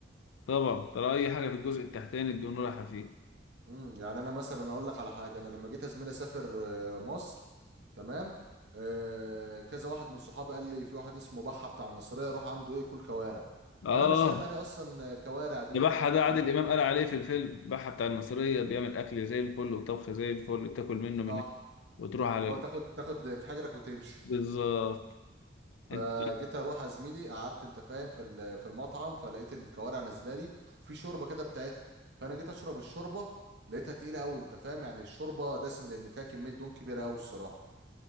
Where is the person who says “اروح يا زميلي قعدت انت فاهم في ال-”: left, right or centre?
Right